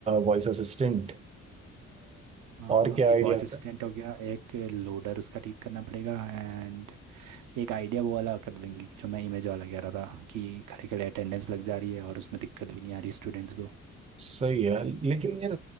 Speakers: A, on the right; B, on the right.
A: Voice assistant
B: आ,
A: और क्या आइडियाज
B: एक वॉइस असिस्टेंट
A: थे
B: हो गया एक लोडर उसका ठीक करना पड़ेगा एंड एक आइडिया वो वाला कर देंगे जो मैं इमेज वाला कह रहा था कि खड़े खड़े अटेंडेंस लग जा रही है और उसमें दिक्कत भी नहीं आ रही स्टूडेंट्स को
A: सही है लेकिन यार